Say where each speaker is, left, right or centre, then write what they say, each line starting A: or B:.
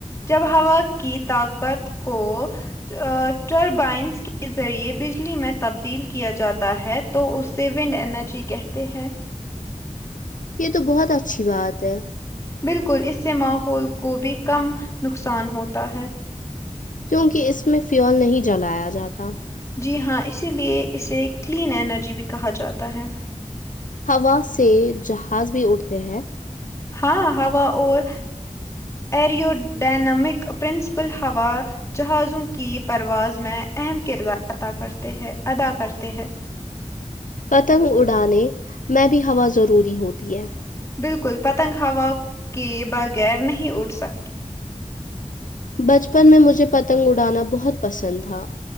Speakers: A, on the left; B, on the left.
A: جب ہوا کی طاقت کو ٹربائنس کے ذریعے بجلی میں تبدیل کیا جاتا ہے تو اسے ونڈ اینرجی کہتے ہیں
B: یہ تو بہت اچھی بات ہے
A: بالکل اس سے ماحول کو بھی کم نقصان ہوتا ہے
B: کیونکہ اس میں فیول نہیں جلایا جاتا
A: جی ہاں اسی لیے اسے کلین انرجی بھی کہا جاتا ہے
B: ہوا سے جہاز بھی اٹھتے ہیں
A: ہاں ہوا اور اریو ڈینمک پرنسپل ہوا جہازوں کی پرواز میں اہم کردار ادا کرتے ہے ادا کرتے ہیں
B: پتنگ اڑانے میں بھی ہوا ضروری ہوتی ہے
A: بالکل پتنگ ہوا کے بغیر نہیں اڈ سک
B: بچپن میں مجھے پتنگ اڑانا بہت پسند تھا